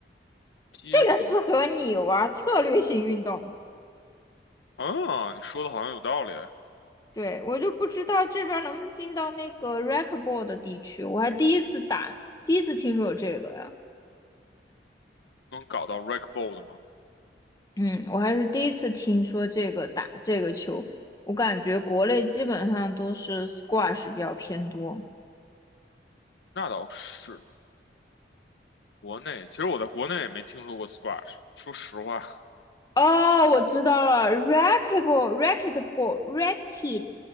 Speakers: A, on the left; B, on the left.
A: 接球
B: 这个适合你玩策略性运动。
A: 啊，你说的好像有道理，
B: 对，我就不知道这边能不能进到那个 racquetball 的地区，我还第一次打，第一次听说有这个呀。
A: 能搞到 r a k Ball 的吗？
B: 嗯，我还是第一次听说这个打这个球，我感觉国内基本上都是 squash 比较偏多。
A: 那倒是，国内其实我在国内也没听说过 Squash。说实话
B: 哦，我知道了 r a c k u e t b a l l r a c k e t b a l l r a c k e t